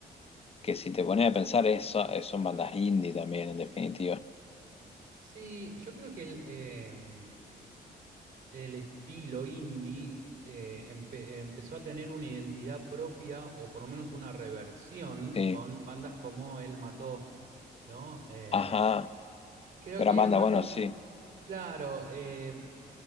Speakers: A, on the left; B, on the right.
A: que si te pones a pensar eso, son bandas indie también, en definitiva.
B: sí, yo creo que el, em, el estilo indie eh, empe- empezó a tener una identidad propia o por lo menos una reversión
A: Sí.
B: con bandas como Él Mató, ¿no? Eh,
A: Ajá,
B: creo
A: gran
B: que
A: banda,
B: Él Mató,
A: bueno, sí,
B: claro, eh,